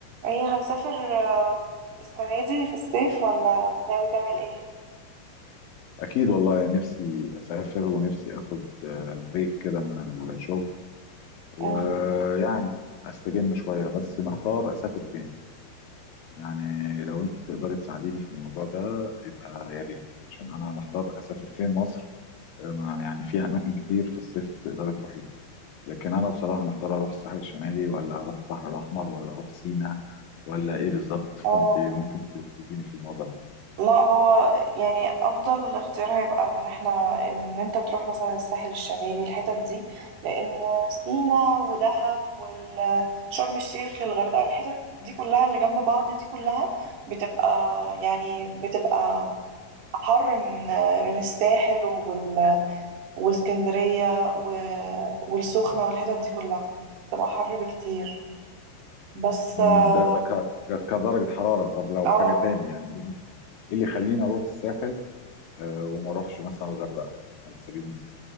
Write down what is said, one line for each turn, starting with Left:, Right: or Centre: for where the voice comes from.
Right: ايه هتسافر آه، السنة دي في الصيف ولا ناوي تعمل ايه؟
Left: اكيد والله يعني نفسي اسافر ونفسي اخد آه، بريك كده من الشغل ويعني
Right: مم.
Left: استجم شويه بس محتار اسافر فين يعني لو انت تقدري تساعديني في الموضوع ده يبقى يا ريت عشان انا محتار اسافر فين مصر آه، ما- يعني فيها اماكن كتير في الصيف تقدري تروحيها لكن انا بصراحه محتار اروح الساحل الشمالي ولا اروح البحر الاحمر ولا اروح سينا ولا ايه بالظبط
Right: اه
Left: فانت ممكن تفيديني في الموضوع ده
Right: لا هو يعني افضل اختيار هيبقى ان احنا ان انت تروح مثلا الساحل الشمالي الحتت دي لان سينا ودهب وشرم الشيخ الغردقة الحتت دي كلها اللي جنب بعض دي كلها بتبقى يعني بتبقى حر من من الساحل وال... واسكندرية و... والسخنة والحتت دي كلها بتبقى حر بكتير بس
Left: مم،
Right: اه
Left: ده ده ك- ك- كدرجة حرارة طب لو
Right: آه،
Left: حاجة تاني يعني ايه ايه اللي يخليني اروح الساحل آه، وما اروحش مثلا الغردقه على سبيل المثال